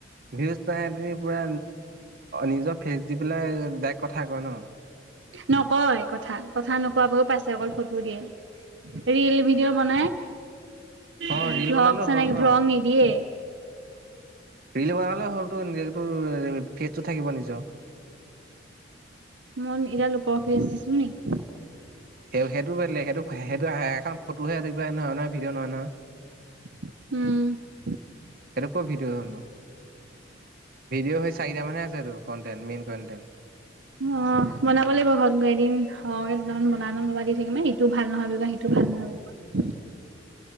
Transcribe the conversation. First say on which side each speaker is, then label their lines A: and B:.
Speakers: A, on the right; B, on the right.
A: ভিউজ নাই পুৰা নিজৰ ফেচ দি পেলাই ডাইক কথা কয় ন
B: নকয় কথা কথা নোকোৱাবোৰো পাইছে অকল ফটো দিয়ে ৰীল ভিডিঅ' বনাই ব্লগ
A: অ ৰিল বনালেও
B: চা
A: হ'ল
B: না
A: ন
B: ব্লগ নিদিয়ে
A: ৰীল বনালেও হল টো নিজ নিজটো ফেটটো থাকিব নিজৰ
B: মন ইৰা লোক ফেচ আ দিচো নেকি
A: সেই সেইটো বেলেগ সেই সেইটো আহে এখন ফটোহে কিবা নহয় নহয় ভিডিঅ' নহয় নহয়
B: উম
A: সেইটো ক ভিডিঅ' হ'ল নো ভিডিঅ' হে চাৰিটা মানহে আছে আৰু কনটেনট মেইন কনটেনট
B: অ বনাব লাগিব ঘৰত গৈ এদিন সহকে দুটামান বনালেও দি মানে ইটো ভাল নহয় সিটো ভাল নহয়